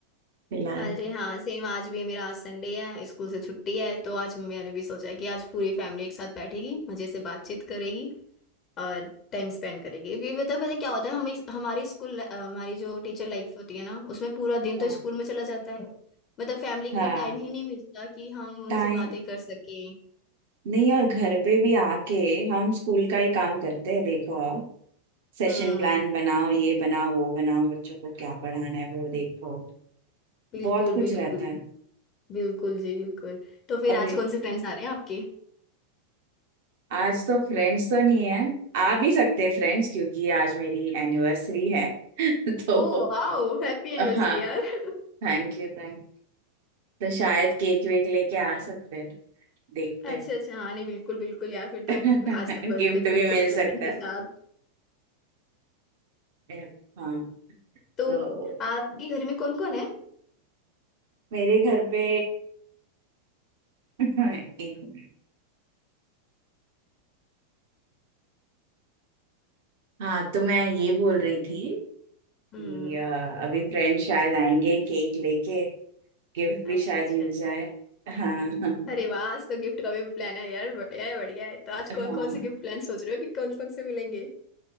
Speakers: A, on the right; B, on the left.
A: फिलहाल
B: अरे हाँ सेम आज भी मेरा आज संडे है स्कूल से छुट्टी है तो आज मैंने भी सोचा कि आज पूरी फैमिली एक साथ बैठेगी मजे से बातचीत करेगी और टाइम स्पेंड करेगी क्योंकि पता पता क्या होता है हम एक हमारी स्कूल हमारी जो टीचर लाइफ होती है ना उसमें पूरा दिन तो
A: हाँ
B: स्कूल में चला जाता है मतलब फैमिली के
A: हाँ
B: लिए टाइम ही नहीं मिलता कि हम उनसे
A: टाइम
B: बातें कर सकें
A: नहीं और घर पे भी आके हम स्कूल का ही काम करते हैं देखो आप सेशन
B: हम्म
A: प्लान बनाओ ये बनाओ वो बनाओ बच्चों को क्या पढ़ाना है वो देखो
B: बिल्कुल
A: बहुत कुछ
B: बिल्कुल
A: रहता है
B: बिल्कुल जी बिल्कुल तो फिर
A: अब
B: आज कौन से फ्रेंड्स आ रहे हैं आपके
A: आज तो फ्रेंड्स तो नहीं है आ भी सकते हैं फ्रेंड्स क्योंकि आज मेरी एनिवर्सरी है <laughs> तो
B: Oh wow हैप्पी एनिवर्सरी
A: हाँ
B: यार <laughs>
A: थैंक यू थैंक यू। तो शायद केक वेक लेके आ सकते हैं देखते
B: अच्छा
A: हैं
B: अच्छा हाँ नहीं बिल्कुल बिल्कुल यार फिर तो
A: <laughs>
B: आज तो बर्थडे
A: गिफ्ट भी
B: बिल्कुल
A: मिल
B: प्लानिंग
A: सकता है
B: के साथ
A: Yeah. हाँ
B: तो
A: तो
B: आपके घर में कौन कौन है
A: मेरे घर पे <laughs> एक मिनट। हाँ तो मैं ये बोल रही थी कि
B: हम्म
A: अ, अभी फ्रेंड शायद आएंगे केक लेके गिफ्ट भी
B: अच्छा
A: शायद
B: अच्छा
A: मिल जाए हाँ <laughs>
B: अरे वाह आज तो गिफ्ट का भी प्लान है यार बढ़िया है बढ़िया है तो आज
A: हाँ
B: कौन कौन से गिफ्ट प्लान सोच रहे हो कि कौन कौन से मिलेंगे